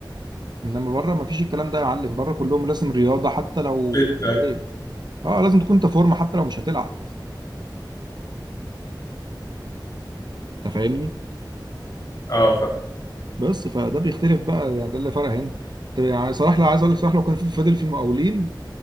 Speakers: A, on the right; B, on the left.
A: انما بره ما فيش الكلام ده يا معلم بره كلهم لازم رياضه حتى لو
B: <laughs> فت أيوة.
A: ايه اه لازم تكون انت فورمه حتى لو مش هتلعب انت فاهمني
B: اه ف
A: بس فده بيختلف بقى يعني ده اللي فرق هنا طب يعني صلاح لا عايز اقول لك صلاح لو كان في- فضل في المقاولين